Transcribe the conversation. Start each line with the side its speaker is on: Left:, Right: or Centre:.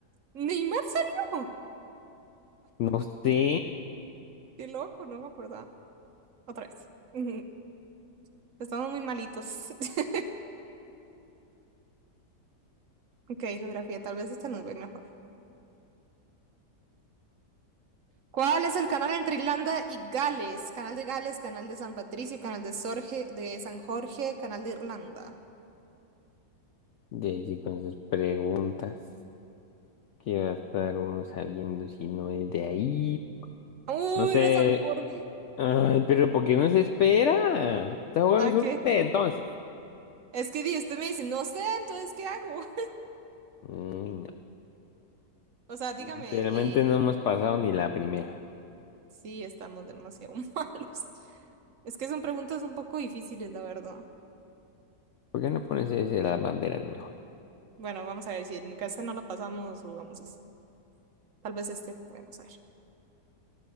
Right: ¡Neymar salió!
Left: No sé,
Right: ¡Qué loco! No me acordaba. Otra vez. Ujú. Estamos muy malitos. <laughs> Ok, geografía, tal vez esta nos ve mejor. ¿Cuál es el canal entre Irlanda y Gales? Canal de Gales, canal de San Patricio, canal de, Sorge- de San Jorge, canal de Irlanda.
Left: de allí con sus preguntas, que va a estar uno sabiendo si no es de ahí.
Right: Uy,
Left: No sé,
Right: era San Jorge.
Left: ay, pero ¿por qué no se espera? Está jugando
Right: ¿A
Left: solo
Right: qué?
Left: usted, entonces.
Right: Es que di- usted me dice, no sé, entonces, ¿qué hago? <laughs>
Left: Ay, no,
Right: O sea, dígame,
Left: literalmente
Right: eh,
Left: no hemos pasado ni la primera.
Right: Sí, estamos demasiado <laughs> malos. Es que son preguntas un poco difíciles, la verdad.
Left: ¿Por qué no pones ese de las banderas mejor?
Right: Bueno, vamos a ver si en este no lo pasamos, jugamos es Tal vez este podemos ver.